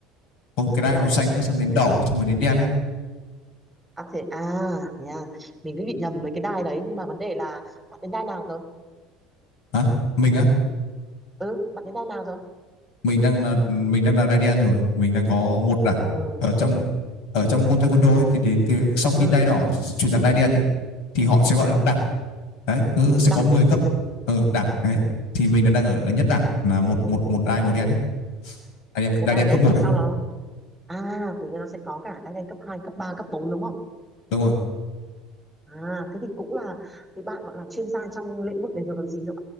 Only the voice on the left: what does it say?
có một cái đai
màu xanh nữa xong đến đỏ xong rồi đến đen đấy
hả mình á
mình đang là mình đang là đai đen rồi mình đang có một đẳng
ở trong ở trong môn taekwondo ấy, thì đến cái sau khi
đai đỏ chuyển sang đai đen ấy, thì họ sẽ gọi
là đẳng đấy cứ sẽ
có mười cấp ở ừ, đẳng đấy thì mình đang ở, ở nhất đẳng là một một một đai màu đen đấy đai đen,
đai
đen
cấp một
đấy
đúng rồi